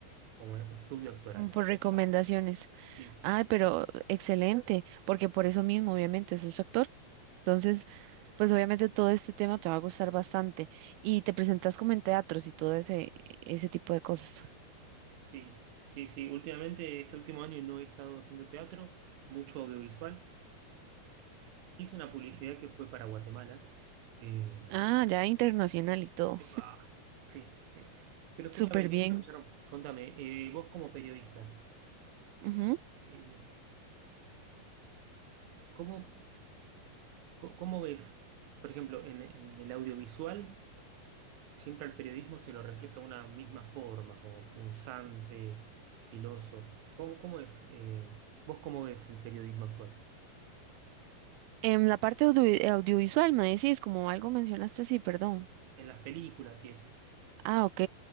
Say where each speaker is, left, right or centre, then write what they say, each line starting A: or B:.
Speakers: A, on the right; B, on the right.
A: como estudio actoral.
B: mm, Por recomendaciones.
A: Sí,
B: Ay, pero excelente, porque por eso mismo, obviamente, sos actor. Entonces, pues obviamente todo este tema te va a gustar bastante. Y te presentas como en teatros y todo ese, ese tipo de cosas.
A: sí, sí, sí. Últimamente, este último año no he estado haciendo teatro, mucho audiovisual. Hice una publicidad
B: Sí.
A: que fue para Guatemala. Eh,
B: Ah, ya internacional y todo.
A: epa, sí. eh, pero escúchame,
B: Súper Sí.
A: escúchame,
B: bien.
A: Sharon, contame, eh, vos como periodista,
B: Ujú.
A: eh, ¿cómo Co- ¿Cómo ves, por ejemplo, en, en el audiovisual, siempre al periodismo se lo refleja de una misma forma, como punzante, filoso? ¿Cómo, cómo es? eh, ¿vos cómo ves el periodismo actual?
B: En la parte audio- audiovisual, me decís, como algo mencionaste, sí, perdón.
A: En las películas y eso.
B: Ah, ok.